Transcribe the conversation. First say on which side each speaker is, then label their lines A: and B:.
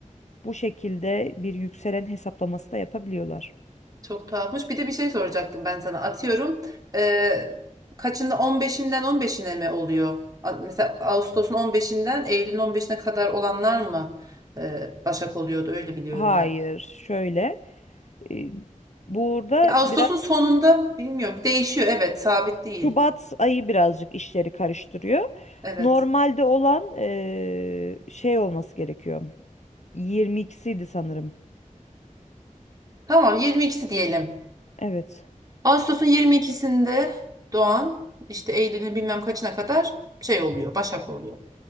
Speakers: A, on the left (about 60°); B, on the right (about 25°).
A: bu şekilde bir yükselen hesaplaması da yapabiliyorlar.
B: Çok tuhafmış. Bir de bir şey soracaktım ben sana. Atıyorum. eee, kaçında 15'inden 15'ine mi oluyor? A- Mesela Ağustos'un 15'inden Eylül'ün 15'ine kadar olanlar mı eee, Başak oluyordu? Öyle biliyorum
A: Hayır,
B: ben.
A: şöyle e, Burada
B: Ya Ağustos'un
A: biraz
B: sonunda bilmiyorum. Değişiyor. Evet, sabit değil.
A: Şubat ayı birazcık işleri karıştırıyor.
B: Evet.
A: Normalde olan eee, şey olması gerekiyor. 22'siydi sanırım.
B: Tamam, 22'si diyelim.
A: Evet.
B: Ağustos'un 22'sinde doğan işte Eylül'ün bilmem kaçına kadar şey oluyor. Başak oluyor.